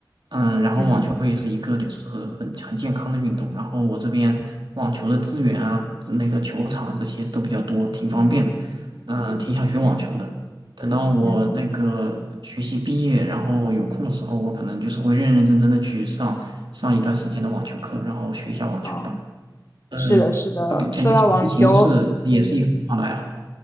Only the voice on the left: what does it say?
嗯
嗯
嗯嗯
嗯，
哦，
是的，是的。
说到网球，